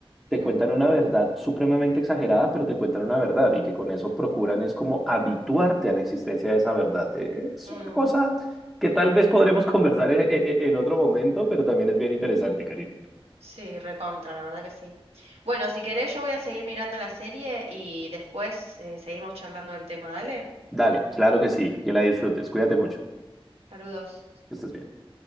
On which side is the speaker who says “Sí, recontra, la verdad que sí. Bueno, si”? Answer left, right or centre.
Right